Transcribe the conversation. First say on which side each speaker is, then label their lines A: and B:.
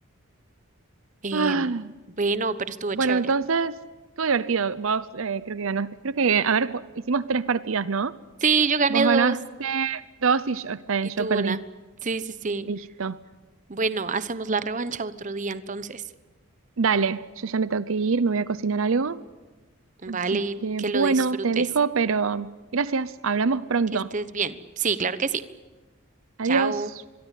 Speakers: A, on the right; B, on the right.
A: Em,
B: Ah,
A: bueno, pero estuvo
B: bueno,
A: chévere.
B: entonces, estuvo divertido. Vos eh, creo que ganaste. Creo que, a ver, cu- hicimos tres partidas, ¿no?
A: Sí, yo gané
B: Vos ganaste
A: dos.
B: dos y yo, está bien,
A: Y
B: yo
A: tú
B: perdí.
A: una. Sí, sí, sí.
B: Listo.
A: Bueno, hacemos la revancha otro día entonces.
B: Dale, yo ya me tengo que ir, me voy a cocinar algo.
A: Vale,
B: Así que,
A: que lo
B: bueno,
A: disfrutes,
B: te dejo, pero gracias. Hablamos pronto.
A: que estés bien. Sí, claro que sí. Chao.
B: Adiós.